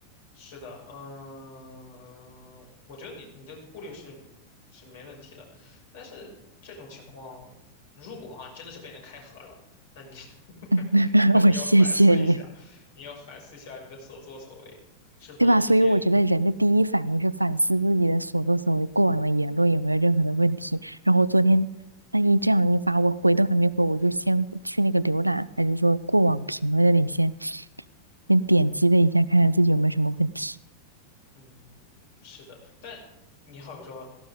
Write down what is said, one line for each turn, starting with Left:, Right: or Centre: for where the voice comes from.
Left: 是的，嗯，我觉得你你的顾虑是是没问题的，但是这种情况，如果哈、真的是被人开盒了，那你 <laughs>
Right: <laughs>
Left: 那你要反思一下，
Right: 我谢谢你，
Left: 你要反思一下你的所作所为，是不是天天
Right: 对吧？所以我觉得人的第一反应是反思自己的所作所为，过往的言论有没有任何的问题。然后昨天那一这样一发，我回都还没回，我就先去那个浏览，还是说过往评论那里先先点击了一下，看看自己有没有什么问题，
Left: 嗯，是的，但你好比说，